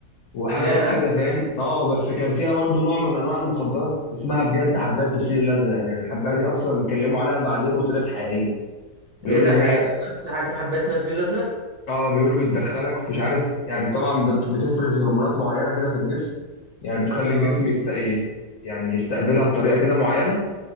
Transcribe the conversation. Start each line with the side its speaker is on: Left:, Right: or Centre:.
Left: وحاجات
Right: يا
Left: كده فاهم اه بس كان فيها برضو نوع من انواع المخدرات اسمها بجد حبات الفيل الازرق يعني الحبايه دي اصلا اتكلموا عليها بعدين وطلعت حقيقيه بيقولوا
Right: ايه ده
Left: ان هي
Right: حقيقة بقى؟ في حاجه في حبه اسمها الفيل الازرق
Left: اه بيقولوا بتدخلك في- مش عارف يعني طبعا بت- بتفرز هرمونات معينه كده في الجسم يعني بتخلي
Right: اه
Left: الجسم يست... يست- يعني يستقبلها بطريقه كده معينه